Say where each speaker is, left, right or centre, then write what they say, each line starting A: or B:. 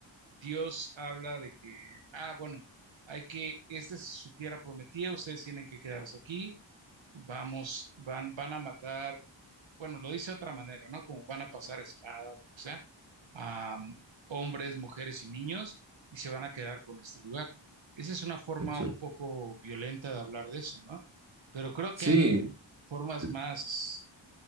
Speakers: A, on the right (about 75°); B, on the right (about 35°).
A: Dios habla de que, ah, bueno, hay que, esta es su tierra prometida, ustedes tienen que quedarse aquí, vamos, van, van a matar, bueno, lo dice de otra manera, ¿no? Como van a pasar espada o lo que sea, a hombres, mujeres y niños, y se van a quedar con este lugar. Esa es una forma
B: Exacto.
A: un poco violenta de hablar de eso, ¿no? Pero creo
B: Sí,
A: que hay formas
B: te-
A: más,